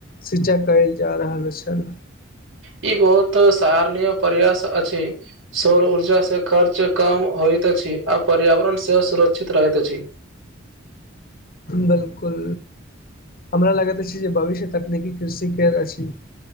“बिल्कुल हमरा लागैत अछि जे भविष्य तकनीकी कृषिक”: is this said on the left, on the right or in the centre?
Left